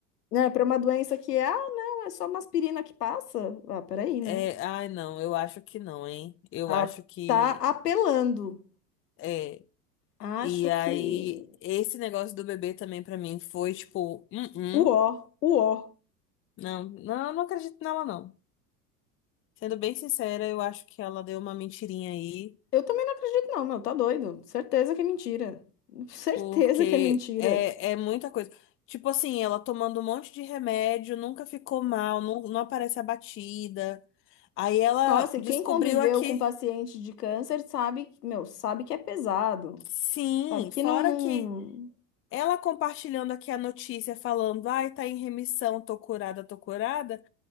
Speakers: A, on the left; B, on the left.
A: né, para uma doença que, é, ah, não, é só uma aspirina que passa. Ah, peraí,
B: é.
A: né?
B: Ai, não, eu acho que não, hein? Eu
A: Tá,
B: acho que.
A: tá apelando.
B: É.
A: Acho
B: E aí,
A: que.
B: esse negócio do bebê também pra mim foi tipo, hum,
A: Uó,
B: hum,
A: uó.
B: não, não, eu não acredito nela, não. Sendo bem sincera, eu acho que ela deu uma mentirinha aí.
A: Eu também não acredito, não, meu, tá doido. Certeza que é mentira. <laughs> Certeza
B: Porque
A: que é mentira.
B: é, é muita coisa. Tipo assim, ela tomando um monte de remédio, nunca ficou mal, não, não aparece abatida. Aí ela
A: Nossa,
B: descobriu
A: e quem conviveu
B: aqui.
A: com paciente de câncer sabe, que- meu, sabe que é pesado.
B: Sim,
A: Sabe que
B: fora
A: não, não...
B: que ela compartilhando aqui a notícia, falando, ai, tá em remissão, tô curada, tô curada.